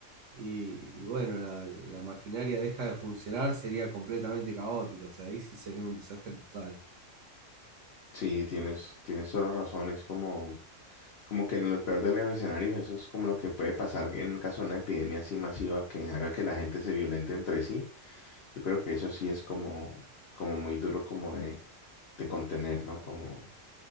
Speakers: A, on the right; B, on the left.
A: y, y bueno, la, la maquinaria deja de funcionar, sería completamente caótico, o sea, ahí sí sería un desastre total.
B: Sí, tienes, tienes toda la razón. Es como, como que en el peor de los escenarios, eso es como lo que puede pasar en caso de una epidemia así masiva que haga que la gente se violente entre sí. Yo creo que eso sí es como, como muy duro como de, de contener, ¿no? Como